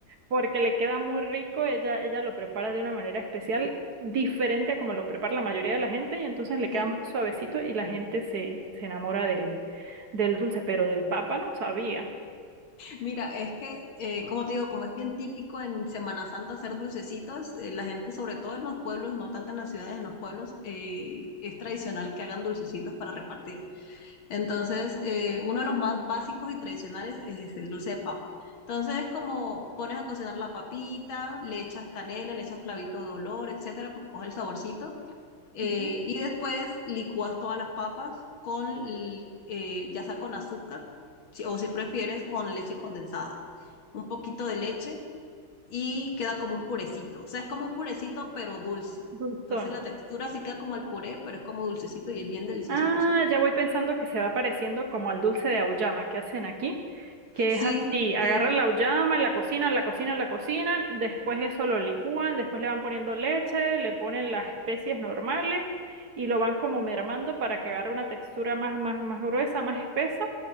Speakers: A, on the right; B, on the left.
A: porque le queda muy rico. Ella, ella lo prepara de una manera especial, diferente a como lo prepara la mayoría de la gente, y entonces le queda
B: ¿Sí?
A: muy suavecito y la gente se, se enamora de él. Del dulce, pero de papa no sabía.
B: Mira, es que, eh, como te digo, como es bien típico en Semana Santa hacer dulcecitos, eh, la gente, sobre todo en los pueblos, no tanto en las ciudades, en los pueblos, eh, es tradicional que hagan dulcecitos para repartir. Entonces, eh, uno de los más básicos y tradicionales es el dulce de papa. Entonces, como pones a cocinar la papita, le echas canela, le echas clavito de olor, etcétera, pues coge el saborcito. Eh,
A: Ujú.
B: y después licúas todas las papas con, l- eh, ya sea con azúcar, si- o si prefieres, con leche condensada. Un poquito de leche y queda como un purecito. O sea, es como un purecito, pero dulce.
A: Dulzón.
B: Entonces la textura sí queda como el puré, pero es como dulcecito y es bien delicioso
A: Ah,
B: el dulce de papa.
A: ya voy pensando que se va pareciendo como al dulce de auyama que hacen aquí, que
B: Sí,
A: es así, agarran
B: sí,
A: la auyama, la cocinan, la cocinan, la cocinan, después eso lo licúan, después le van poniendo leche, le ponen las especies normales y lo van como mermando para que agarre una textura más, más, más gruesa, más espesa